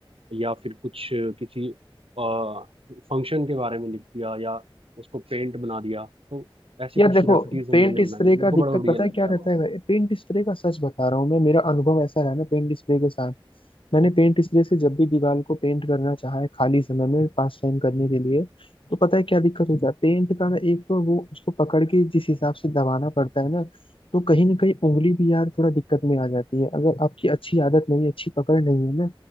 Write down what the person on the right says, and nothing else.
या फिर कुछ किसी फंक्शन के बारे में लिख दिया या उसको पेंट बना दिया तो ऐसी
कुछ
ग्रेफिटीज हम
मैंने बनाई
हैं। मेरे
को
बड़ा बढ़िया
लगता
है